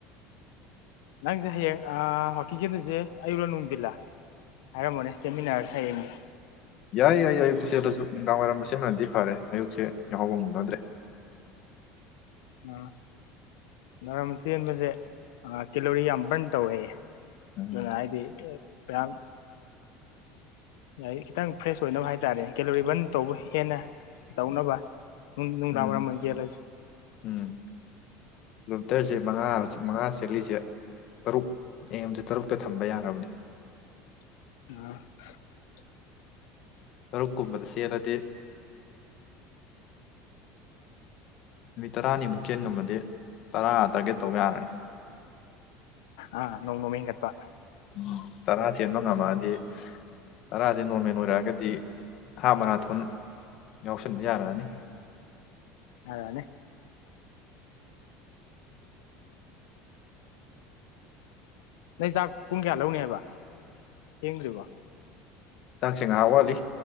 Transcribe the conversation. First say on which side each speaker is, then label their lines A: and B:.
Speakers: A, on the left; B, on the left.
A: ꯅꯪꯁꯦ ꯍꯌꯦꯡ ꯑꯥ ꯋꯥꯀꯤꯡ ꯆꯦꯟꯗꯨꯏꯁꯦ ꯑꯌꯨꯛꯂꯥ ꯅꯨꯡꯊꯤꯜꯂꯥ ꯍꯥꯏꯔꯝꯃꯣꯅꯦ ꯆꯦꯟꯃꯤꯟꯅꯔꯁꯦ ꯍꯌꯦꯡꯗꯤ
B: ꯌꯥꯏ ꯌꯥꯏ ꯑꯌꯨꯛꯇꯤ ꯆꯦꯜꯠꯂꯁꯨ ꯅꯨꯡꯗꯥꯡ ꯋꯥꯏꯔꯝ ꯁꯤꯃꯗꯤ ꯐꯔꯦ ꯑꯌꯨꯛꯁꯦ ꯌꯥꯎꯍꯧꯕ ꯉꯝꯅꯗ꯭ꯔꯦ
A: ꯑ ꯅꯨꯡꯗꯥꯡꯋꯥꯏꯔꯝ ꯆꯦꯟꯕꯁꯦ ꯀꯦꯂꯣꯔꯤ ꯌꯥꯝ ꯕ꯭ꯔꯟ ꯇꯧꯋꯦꯌꯦ
B: ꯎꯝ
A: ꯑꯗꯨꯅ ꯍꯥꯏꯗꯤ ꯄ ꯌꯥꯏꯌꯦ ꯈꯤꯇꯪ ꯐ꯭ꯔꯦꯁ ꯑꯣꯏꯅꯕ ꯍꯥꯏꯇꯥꯔꯦ ꯀꯦꯂꯣꯔꯤ ꯕ꯭ꯔꯟ ꯇꯧꯕ ꯍꯦꯟꯅ ꯇꯧꯅꯕ ꯅꯨꯡ ꯅꯨꯡꯗꯥꯡ
B: ꯎꯝ
A: ꯋꯥꯏꯔꯝ ꯑꯣꯏꯅ ꯆꯦꯜꯂꯥꯁꯤ꯫
B: ꯎꯝ ꯀꯤꯂꯣꯃꯤꯇꯔꯁꯦ ꯃꯉꯥ ꯍꯧꯖꯤꯛ ꯃꯉꯥ ꯆꯦꯠꯂꯤꯁꯦ ꯇꯔꯨꯛ ꯑꯦꯝꯖꯤ ꯇꯔꯨꯛꯇ ꯊꯝꯕ ꯌꯥꯔꯕꯅꯤ꯫
A: <unintelligible>
B: ꯇꯔꯨꯛ ꯀꯨꯝꯕꯗ ꯆꯦꯜꯂꯗꯤ ꯅꯨꯃꯤꯠ ꯇꯔꯥꯅꯤꯃꯨꯛ ꯆꯦꯟ ꯉꯃꯗꯤ ꯇꯔꯥ ꯇꯥꯔꯒꯦꯠ ꯇꯧꯕ ꯌꯥꯔꯅꯤ꯫
A: ꯑ ꯅꯣꯡ - ꯅꯣꯃꯒꯤ ꯍꯦꯟꯒꯠꯄ꯫
B: ꯎꯝ ꯇꯔꯥ ꯆꯦꯟꯕ ꯉꯝꯃꯛꯑꯗꯤ ꯇꯔꯥꯁꯦ ꯅꯣꯔꯃꯦꯜ ꯑꯣꯏꯔꯛꯑꯒꯗꯤ ꯍꯥ ꯃꯥꯔꯥꯊꯣꯟ ꯌꯥꯎꯁꯟꯕ ꯌꯥꯔꯛꯑꯅꯤ꯫
A: <unintelligible> ꯅꯪ ꯆꯥꯛ ꯄꯨꯡ ꯀꯌꯥ ꯂꯧꯅꯤꯕ ꯊꯦꯡꯗ꯭ꯔꯤꯕꯣ?
B: ꯆꯥꯛꯁꯦ ꯉꯥꯏꯍꯥꯛ ꯋꯥꯠꯂꯤ